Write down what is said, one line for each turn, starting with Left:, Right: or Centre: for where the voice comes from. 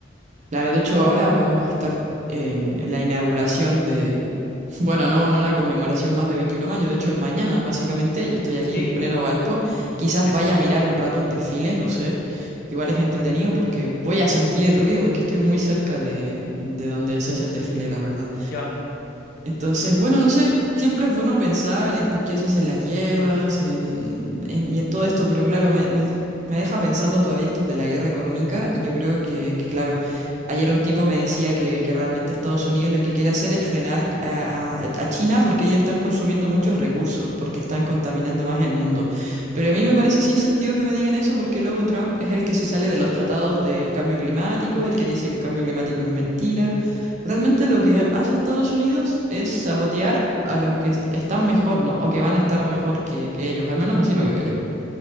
Right: Claro, de hecho ahora vamos a estar en, en la inauguración de, <laughs> bueno, no, en una conmemoración más de 21 años, de hecho es mañana básicamente, yo estoy aquí
Left: Sí,
Right: en pleno Valpo, quizás
Left: eso.
Right: vaya a mirar un rato el desfile, no sé, igual es entretenido porque voy a sentir el ruido, porque estoy muy cerca de, de donde se hace el desfile, la verdad.
Left: Ya.
Right: Entonces, bueno, no sé, siempre es bueno pensar en por qué se hacen las guerras en, en- y en todo esto, pero claro, me, me- me deja pensando todavía esto de la guerra económica y yo creo que, que, claro, ayer un tipo me decía que, que realmente Estados Unidos lo que quiere hacer es frenar a, a- a China porque ellos están consumiendo muchos recursos, porque están contaminando más el mundo. Pero a mí me parece sin sentido que me digan eso porque luego Trump es el que se sale de los tratados de cambio climático, el que dice que el cambio climático es mentira. Realmente lo que hace Estados Unidos es sabotear a los que est- están mejor, ¿no? O que van a estar mejor que, que ellos. Al menos así lo veo yo.